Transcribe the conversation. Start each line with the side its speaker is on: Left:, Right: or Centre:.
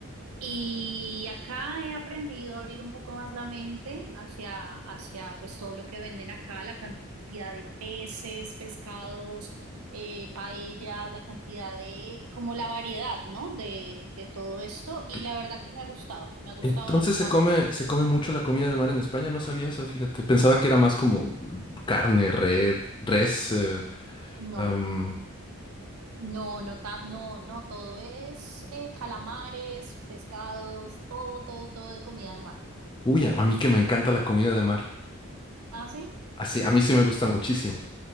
Right: Y acá he aprendido a abrir un poco más la mente hacia, hacia pues todo lo que venden acá, la cantidad de peces, pescados, eh, paellas, la cantidad de, como la variedad, ¿no? De, de todo esto. Y
Left: ¿Qué-
Right: la verdad que me ha gustado, me ha gustado
Left: Entonces
Right: bastante.
Left: se come, se come mucho la comida de mar en España. No sabía eso, fíjate. Pensaba que era más como carne, red, res. eh,
Right: No,
Left: am,
Right: no, no, tan, no, no, todo es eh, calamares, pescados, todo, todo, todo de comida de mar.
Left: uy, a a mí que me encanta la comida de mar.
Right: ¿Ah, sí?
Left: Así, a mí
Right: Bueno.
Left: sí me gusta muchísimo.